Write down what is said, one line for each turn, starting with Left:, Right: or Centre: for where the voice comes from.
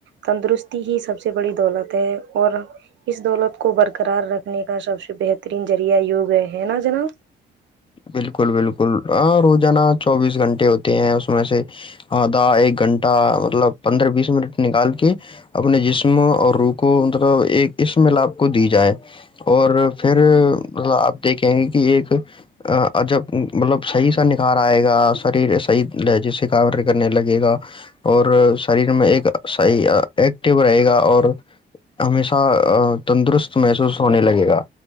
Right: تندرستی ہی سب سے بڑی دولت ہے اور اس دولت کو برقرار رکھنے کا سب سے بہترین ذریعہ یوگئے ہے نا جناب
Left: بالکل بالکل ہ روزانہ چوبیس گھنٹے ہوتے ہیں اس میں سے آدھا ایک گھنٹہ مطلب پندرہ بیس منٹ نکال کے اپنے جسم اور روح کو مطلب ایک اس م لپ کو دی جائے اور پھر آپ دیکھیں گے کہ ایک جب مطلب صحیح سا نکھار آئے گا سری صح جی سے کا ل گا اور شریر میں ایکح ایکٹو رہے گا اور ہمیشہ تندرست محسوس ہونے لگے گا